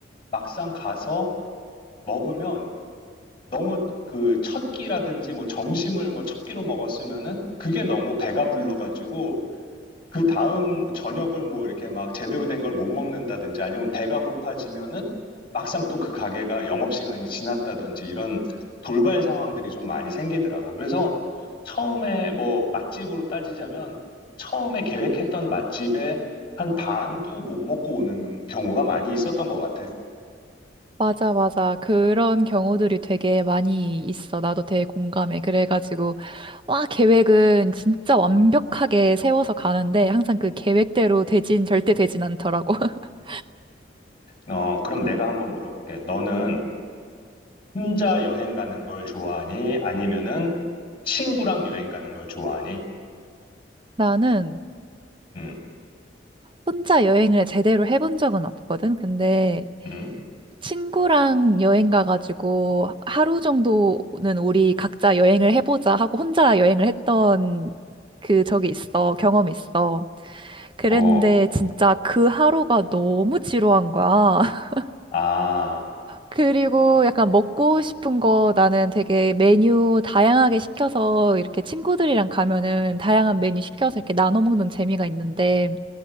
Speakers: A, on the left; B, on the right.
A: 막상 가서 먹으면 너무 그 첫 끼라든지 뭐 점심을 뭐 첫 끼로 먹었으면은 그게 너무 배가 불러가지고 그 다음 저녁을 뭐 이렇게 막 제대로 된 걸 못 먹는다든지 아니면 배가 고파지면은 막상 또 그 가게가 영업시간이 지났다든지 이런 돌발 상황들이 좀 많이 생기더라고. 그래서 처음에 뭐 맛집으로 따지자면 처음에 계획했던 맛집에 한 반도 못 먹고 오는 경우가 많이 있었던 것 같아.
B: 맞아, 맞아. 그런 경우들이 되게 많이 있어. 나도 되게 공감해. 그래가지고, 와, 계획은 진짜 완벽하게 세워서 가는데, 항상 그 계획대로 되진, 절대 되진 않더라고. <laughs>
A: 어, 그럼 내가 한번 물어볼게. 너는 혼자 여행 가는 걸 좋아하니? 아니면은 친구랑 여행 가는 걸 좋아하니?
B: 나는
A: 음,
B: 혼자 여행을 제대로 해본 적은 없거든. 근데
A: 음.
B: 친구랑 여행 가가지고 하루 정도는 우리 각자 여행을 해보자 하고 혼자 여행을 했던 그 적이 있어. 경험이 있어. 그랬는데
A: 어,
B: 진짜 그 하루가 너무 지루한 거야. <laughs>
A: 아,
B: 그리고 약간 먹고 싶은 거 나는 되게 메뉴 다양하게 시켜서 이렇게 친구들이랑 가면은 다양한 메뉴 시켜서 이렇게 나눠 먹는 재미가 있는데